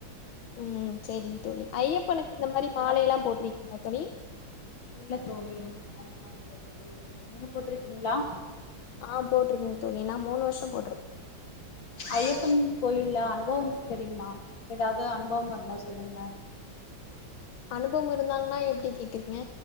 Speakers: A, on the left (about 85°); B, on the left (about 70°).
A: ம் செரிங் தோழி ஐயப்பனுக்கு இந்த மாரி
B: ஃபுல்லா
A: மாலேலா போட்ருக்கிங்ளா தோழி
B: இல்ல தோழி அந்த மாரி போட்டதில்ல தோழி நீங்க போட்ருக்கீங்ளா
A: ஆ போட்ருக்கங் தோழி நா மூணு வர்ஷோ போட்ருக்கே
B: ஐயப்பன் கோவில்ல அனுபவம் தெரிமா எதாது அனுபவ்ம் இருந்தா சொல்லுங்க
A: அனுபவ்ம் இருந்தான்லா எப்டி கேக்குறீங்க